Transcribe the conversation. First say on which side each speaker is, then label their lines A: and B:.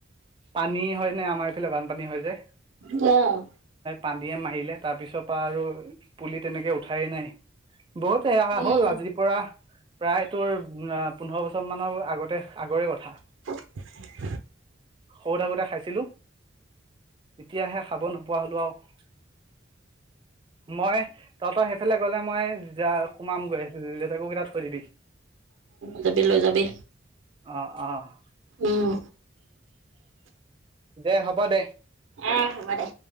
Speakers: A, on the right; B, on the right.
A: পানী হয় নে আমাৰ এইফালে বানপানী হয় যে।
B: অ'।
A: পানীয়ে মাৰিলে, তাৰ পিছৰ পৰা আৰু পুলি তেনেকে উঠাই নাই। বহুত এৰি অহা
B: উম
A: হ'ল। আজিৰ পৰা প্ৰায় তোৰ পোন্ধৰ বছৰ মানৰ আগতে আগৰে কথা।
B: <unintelligible>
A: সৰু থাকোতে খাইছিলো। এতিয়াহে খাব নোপোৱা হ'লো আৰু। মই তহঁতৰ সেইফালে গ'লে মই য সোমামগৈ লেতেকু কেইটা থৈ দিবি।
B: যাবি লৈ যাবি।
A: অ', অ'।
B: উম
A: দে হ'ব দে।
B: অ' হ'ব দে।